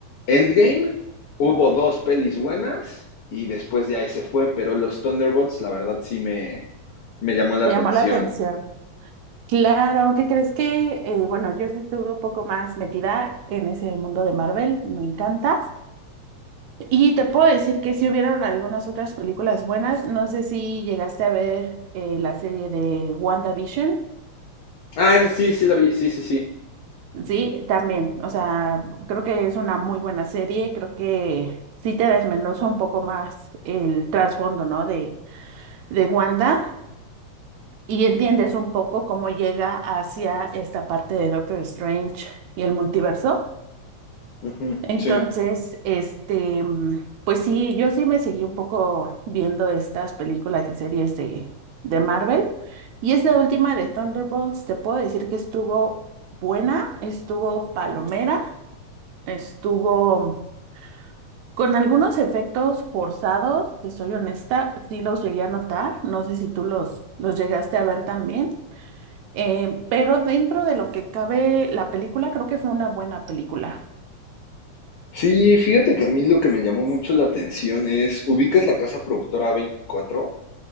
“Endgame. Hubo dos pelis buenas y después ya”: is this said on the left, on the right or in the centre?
Left